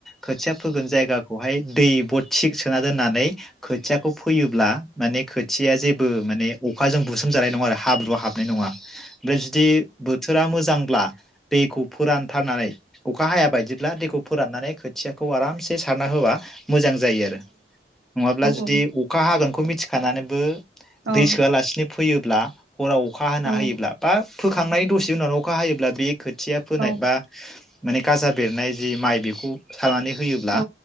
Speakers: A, in the centre; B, on the right (about 80°).
A: खोथिया फोगोन जायगाखौहाय दै बथिक सोना दोननानै खोथियाखौ फैयोब्ला माने खोथिया जेबो माने अखाजों बुसोमजानाय नङा आरो हाब्रुआ हाबनाय नङा। ओमफ्राय जुदि बोथोरा मोजांब्ला <inaudible> दैखौ फोरानथारनानै अखा हाया। बायदिब्ला दैखौ फोराननानै खोथियाखौ आरामसे सारना होबा मोजां जायो आरो। नङाब्ला जुदि
B: औ
A: अखा। हागोनखौ मिथिखानानैबो। दै
B: औ अ
A: सोआलासिनो फो। फैयोब्ला। हराव अखा हाना
B: औ
A: होयोब्ला बा फोखांनायनि दसे उनाव अखा हायोब्ला बे खो थिया फोनाय
B: औ
A: बा माने गाजा बेरनाय जि माइ बेखौ खानानै होयोब्ला
B: औ